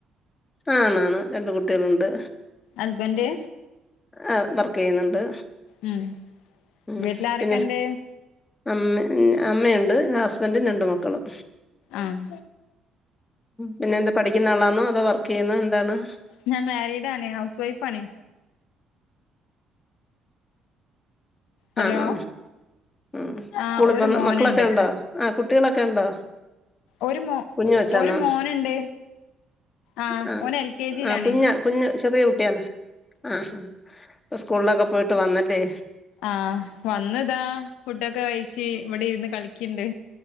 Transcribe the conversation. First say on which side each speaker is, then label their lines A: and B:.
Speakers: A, on the left (about 25°); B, on the left (about 80°).
A: ആ ന്നാ ണ് രണ്ട് കുട്ടികളുണ്ട്
B: ഹസ്ബൻഡ്
A: ആ വർക്ക് ചെയ്യുന്നുണ്ട്
B: ഉം
A: മ്മ്
B: വീട്ടിൽ ആരൊക്കെ
A: പിന്നെ
B: ഉണ്ട്
A: അമ്മ അമ്മയുണ്ട് ഹസ്ബൻഡും രണ്ട് മക്കളും
B: ആഹ
A: പിന്നെ എന്ത് പഠിക്കുന്ന ആളാണോ അതോ വർക്ക് ചെയ്യുന്നോ എന്താണ്
B: ഞാൻ മാരീഡ് ആണ് ഹൗസ് വൈഫ് ആണ് ഹലോ
A: ആണോ ഉ
B: ആഹ്
A: സ്കൂളിപ്പൊ
B: ഒരു മോനുണ്ട്
A: മക്കളൊക്കെ ഉണ്ടോ ആ കുട്ടികളൊക്കെ ഉണ്ടോ
B: ഒരു മോ
A: കുഞ്ഞു കൊച്ചാന്നോ
B: ഒരു മോനുണ്ട് ആഹ്
A: ആ
B: ഓന എൽ കെ ജിയിലാണ്
A: ആ കുഞ്ഞ കുഞ്ഞ് ചെറിയ കുട്ടിയാണ് ആ സ്കൂളിലൊക്കെ പോയിട്ട് വന്നല്ലേ
B: ആഹ വന്നതാ ഫുഡൊക്കെ കഴി ച്ച് ഇവിടെ ഇരുന്ന് കളിക്കണ്ട്